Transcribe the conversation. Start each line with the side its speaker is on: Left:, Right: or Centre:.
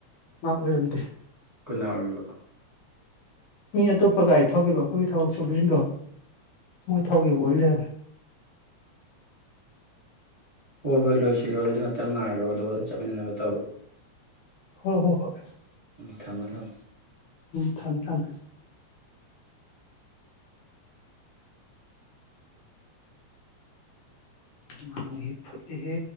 Left: ꯃꯥ ꯑꯣꯏꯔꯝ <unintelligible>
Right: ꯀꯨꯟꯅꯥ ꯑꯣꯏꯔꯝꯃꯤꯕ
Left: ꯃꯤ ꯑꯇꯣꯞꯄ ꯒꯥꯔꯤ ꯊꯧꯈꯤꯕ ꯑꯩꯈꯣꯏꯒꯤ ꯊꯕꯛ ꯁꯨꯕꯁꯤꯡꯗꯣ ꯃꯣꯏ ꯊꯧꯈꯤꯕ ꯑꯣꯏ ꯂꯩꯔꯝꯃꯦ
Right: ꯍꯣꯏ ꯍꯣꯏ ꯂꯣꯏꯁꯤꯜꯂꯣ ꯑꯗꯨꯗꯤ ꯉꯥꯛꯇꯪ ꯉꯥꯏꯔꯣ ꯑꯗꯨꯒ ꯆꯠꯃꯤꯟꯅꯅꯕ ꯇꯧꯔꯣ
Left: ꯍꯣꯏ ꯍꯣ ꯍꯣꯏ
Right: ꯊꯃꯣ ꯊꯝꯃꯣ
Left: ꯊꯝ ꯊꯝ ꯃꯥꯡꯂꯤ ꯍꯦ ꯐꯨꯠꯂꯤ ꯍꯦ